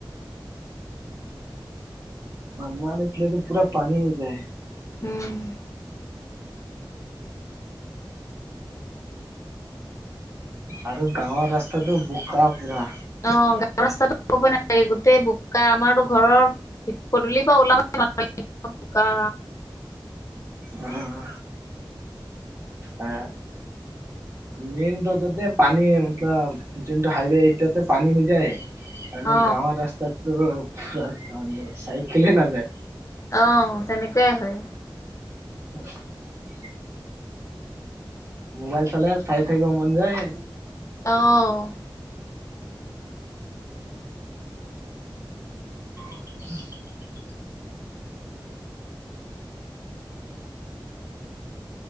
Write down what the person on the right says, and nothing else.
আমাৰ এইফালেতো পুৰা পানী হৈ যায়।
আৰু গাঁৱৰ ৰাস্তাটো বোকা পুৰা।
উম, হা মেইন ৰোডতে পানী মতলব যোনটো হাইৱে এইটোতে পানী হৈ যায় আৰু
গাঁৱৰ ৰাস্তাতটো চাইকেলে নাযায়
<unintelligible> মোবাইল চালে চাই থাকিব মন যায়
<inaudible>